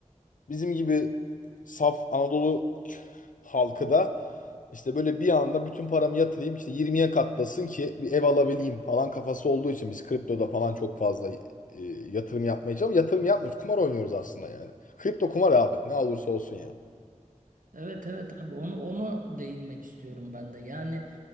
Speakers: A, on the left (about 75°); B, on the right (about 80°).
A: bizim gibi saf Anadolu halkı da işte böyle bir anda bütün paramı yatırayım işte 20'ye katlasın ki bir ev alabileyim falan kafası olduğu için biz kriptoda falan çok fazla e, yatırım yapmaya çalışıyoruz. Yatırım yapmıyoruz. Kumar oynuyoruz aslında yani. Kripto kumar abi. Ne olursa olsun ya.
B: Evet evet abi onu onu değinmek istiyorum ben de. Yani